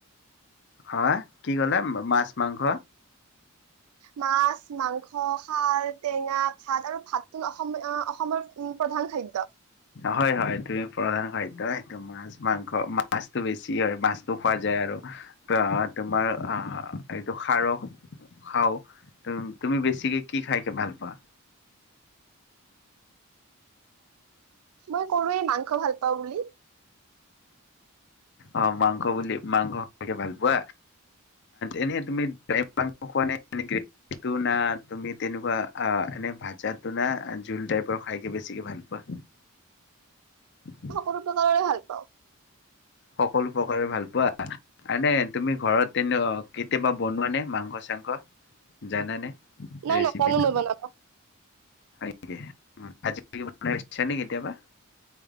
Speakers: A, on the left; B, on the right.
A: হয় কি ক'লে মাছ মাংস?
B: মাছ, মাংস, খাৰ, টেঙা, ভাত আৰু ভাতো অসম অসমৰ উম প্ৰধান খাদ্য।
A: হয় হয় তুমি প্ৰধান খাদ্য তোমাৰ। মাছ মাংস মাছতো বেছি হয় মাছতো খোৱা যায় আৰু। অ', তোমাৰ আহ এইটো খাৰৰ খাও তুমি বেছিকে কি খাই ভাল পোৱা?
B: মই কলো ৱেই মাংস ভাল পাওঁ বুলি।
A: অ', মাংস বুলি মাংস খাই ভাল পোৱা। এনে তুমি ড্ৰাই মাংস খোৱা নে গ্ৰেভী? সেইটো না তুমি তেনেকুৱা অ এনে ভাজাতটো না জোল টাইপৰ খাইকে বেছিকে ভাল পোৱা? <unintelligible>
B: চব প্ৰকাৰে ভাল পাওঁ।
A: সকলো প্ৰকাৰে ভাল পোৱা। আনে তুমি ঘৰত তেনে কেতিয়াবা বনোৱা নে মাংস চাংস জানানে।
B: নাই
A: ৰেচিপিটো।
B: নাজানো মই বনাব,
A: হয় নেকি <unintelligible> কেতিয়াবা।